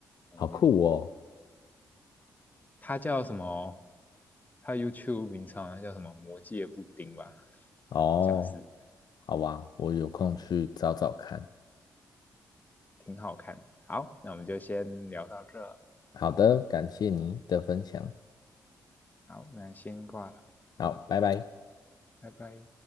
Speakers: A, on the left (about 25°); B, on the left (about 60°).
A: 上面，
B: 好酷哦！
A: 他叫什么？他 YouTube 名称好叫什么魔界布丁吧，
B: 哦，
A: 好像是，
B: 好吧，我有空去找找看。
A: 对，你看一下，挺好看的好，那我们就先聊到这，
B: 好的，感谢您的分享，
A: 好，那先挂了，
B: 好，拜拜。
A: 拜拜。